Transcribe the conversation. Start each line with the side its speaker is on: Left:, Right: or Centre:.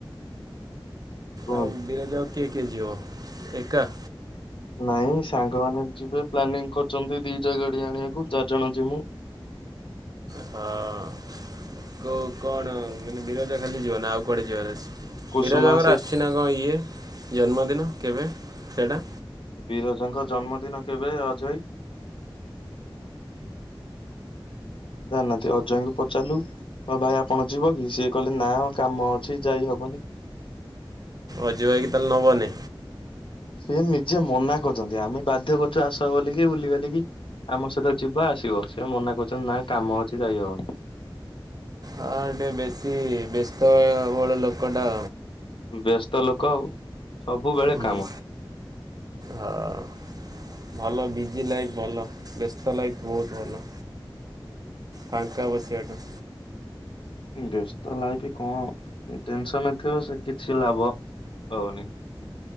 Left: କୁହନ୍ତୁ
Right: ଆଉ ବିରଜାକୁ କିଏ କିଏ ଯିଅ ଏକା?
Left: ନାଇଁ ସାଙ୍ଗମାନେ ଯିବେ ପ୍ଲାନିଂ କରଚନ୍ତି ଦିଟା ଗାଡି ଆଣିବାକୁ ଚାରିଜଣ ଯିମୁ।
Right: ହଁ। କୋଉ କଣ ମାନେ ବିରଜା ଖାଲି ଯିବ ନା ଆଉ କୁଆଡେ ଯିବାର ଅଛି?
Left: କୁସୁମା
Right: ବିରଜାଙ୍କର
Left: ସେ
Right: ଆସଚି ନା କଣ ଇଏ ଜନ୍ମଦିନ କେବେ ସେଟା?
Left: ବିରଜାଙ୍କ ଜନ୍ମଦିନ କେବେ ଅଜୟ ହାଇ? ଜାଣି ନାହାନ୍ତି ଅଜୟ ହାଇଙ୍କୁ ପଚାରିଲୁ। <unintelligible> ଭାଇ ଆପଣ ଯିବ କି? ସିଏ କହିଲେ ନା କାମ ଅଛି ଯାଇ ହବନି।
Right: ଅଜୁ ଭାଇକି ତାହେଲେ ନବନି।
Left: ସିଏ ନିଜେ ମନା କରଚନ୍ତି। ଆମେ ବାଧ୍ୟ କରୁଚୁ ଆସ ବୋଲି କି ବୁଲିବାଲି କି ଆମ ସହିତ ଯିବ ଆସିବ। ସେ ମନା କରୁଚନ୍ତି ନା କାମ ଅଛି ଯାଇହବନି।
Right: ଆ ଟିକେ ବେଶୀ ବ୍ୟସ୍ତ ଏ ବହୁଳ ଲୋକଟା।
Left: ବ୍ୟସ୍ତ ଲୋକ ଆଉ। ସବୁବେଳେ
Right: ହୁଁ।
Left: କାମ
Right: ହଁ। ଭଲ ବିଜି ଲାଇଫ୍ ଭଲ। ବ୍ୟସ୍ତ ଲାଇଫ୍ ବହୁତ୍ ଭଲ। ଫାଙ୍କା ବସିଆଠୁ।
Left: ବ୍ୟସ୍ତ ଲାଇଫି କଣ ଟେନସନରେ ଥିଅ ସେ କିଛି ଲାଭ ହବନି।